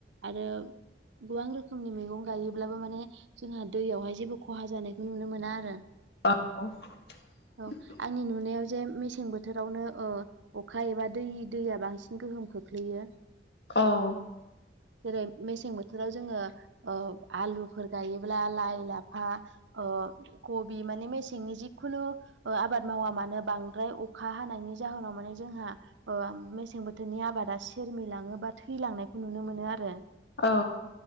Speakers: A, on the right; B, on the left.
A: आरो गोबां रोखोमनि मैगं गायोब्लाबो माने जोंहा दैयावहाय जेबो खहा जानायखौ नुनो मोना आरो
B: <unintelligible>
A: औ आंनि नुनायाव जे मेसें बोथोरावनो ओ अखा एबा दै दैया बांसिन गोहोम खोख्लैयो।
B: औ
A: जेरै मेसें बोथोराव जोङो ओ आलुफोर गायोब्ला लाइ लाफा ओ कबि माने मेसेंनि जिखुनु ओ आबाद मावा मानो बांद्राय अखा हानायनि जाहोनाव माने जोंहा ओ मेसें बोथोरनि आबाद रा सेरमिलाङो बा थैलांनायखौ नुनो मोनो आरो
B: औ